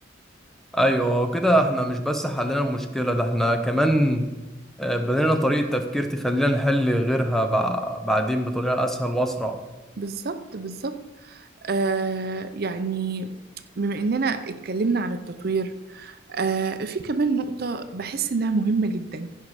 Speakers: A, in the centre; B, on the right.
A: أيوة كده احنا مش بس حلينا المشكلة ده احنا كمان آه، بنينا طريقة تفكير تخلينا نحل غيرها بع- بعدين بطريقة أسهل وأسرع
B: بالظبط بالظبط آه يعني بما إننا اتكلمنا عن التطوير آه في كمان نقطة بحس إنها مهمة جدا